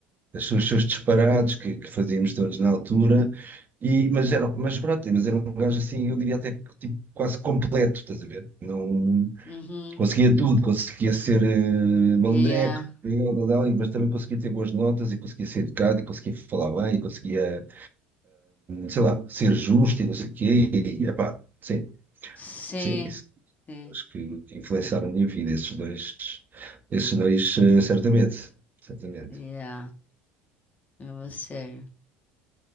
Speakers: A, on the right (about 30°); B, on the left (about 30°).
A: as- os seus disparados que, que fazíamos todos na altura. E, mas, era, mas pronto, mas era um gajo assim, eu diria até que, tipo, quase completo, estás a ver? Não
B: Uhum.
A: conseguia
B: Uhum.
A: tudo, conseguia ser eh,
B: Yeah.
A: malandreco, eu, dadá, mas também conseguia ter boas notas e conseguia ser educado e conseguia falar bem e conseguia, sei lá, ser justo e não sei o quê. E, epá, sim,
B: Sim.
A: sim, isso
B: Sim.
A: acho que que influenciaram a minha vida, esses dois, esses dois, eh, certamente, certamente.
B: Yeah. É uma série.